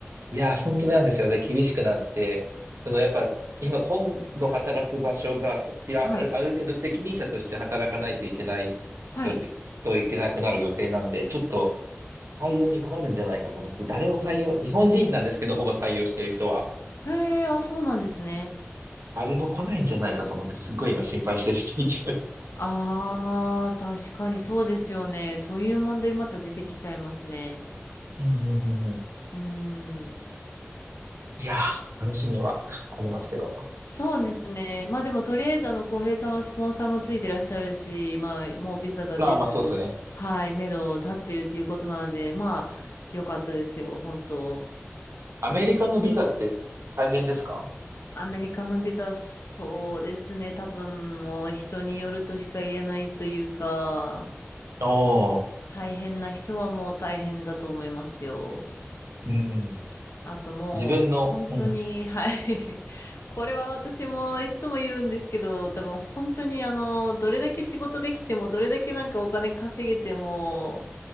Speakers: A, on the right; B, on the left.
A: いやー、本当なんですよね。厳しくなって、そのやっぱ、今今度働く場所が、そいや、
B: はい。
A: あるある程度責任者として働かないといけない予定、
B: はい。
A: といけなくなる予定なんで、ちょっと採用に困るんじゃないかと思って、誰も採用、日本人なんですけど、ほぼ採用してる人は、
B: へえ、あ、そうなんですね。
A: 誰も来ないんじゃないかと思って、すっごい今心配してる人いて。
B: ああ、確かにそうですよね。そういう問題また出てきちゃいますね。
A: うんうんうんうん
B: うーん。
A: いやー、話にはありますけど。
B: そうですね。まあでもとりあえずあの浩平さんはスポンサーもついてらっしゃるし、まあもうビザが出る、
A: まあまあそうですね。
B: はい、目処立ってるっていうことなので、まあ良かったですよ、本当。
A: アメリカのビザって大変ですか
B: タイミング、アメリカのビザ、そうですね、多分もう人によるとしか言えないというか、
A: おー、
B: 大変な人はもう大変だと思いますよ。
A: うん。
B: あともう本当に、
A: 自分の、うん。
B: はい。<laughs> これは私もいつも言うんですけど、多分本当にあの、どれだけ仕事できても、どれだけなんかお金稼げても、